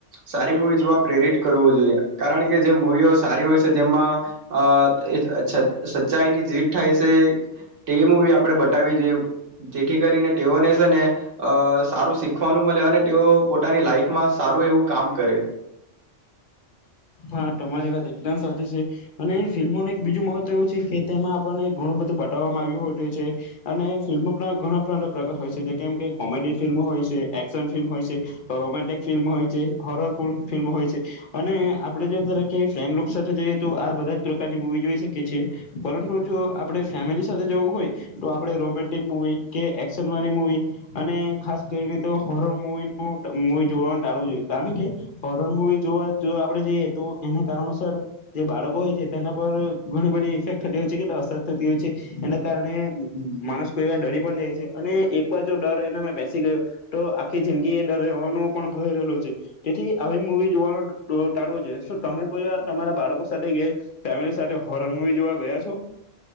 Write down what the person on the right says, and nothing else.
સારી મૂવી જોવા પ્રેરિત કરવું જોઈએ કારણ કે જે મૂવીઓ સારી હોય છે જેમાં અ ચ સચ્ચાઈની જીત થાય છે તે મૂવી આપણે બતાવવી જોઈએ જેથી કરીને તેઓને છે ને અ સારું શીખવાનું મળે અને તેઓ પોતાની લાઈફમાં સારું એવું કામ કરે.